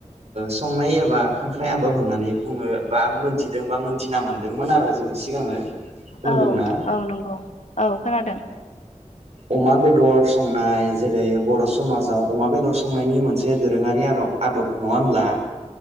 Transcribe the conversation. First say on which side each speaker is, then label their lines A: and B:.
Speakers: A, on the right (about 60°); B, on the left (about 70°).
A: संनाय एबा खांख्राइ आदब होननानै बुङो बा मोनथिदों बा मोनथिना मोनदोंमोन आरो जों सिगाङो खोनादोंना
B: औ औ नंगौ औ खोनादों
A: अमा बेदर संनाय जेरै बर' समाजाव अमा बेदर संनायनि मोनसे दोरोङारि आदब आदब नङा होमब्ला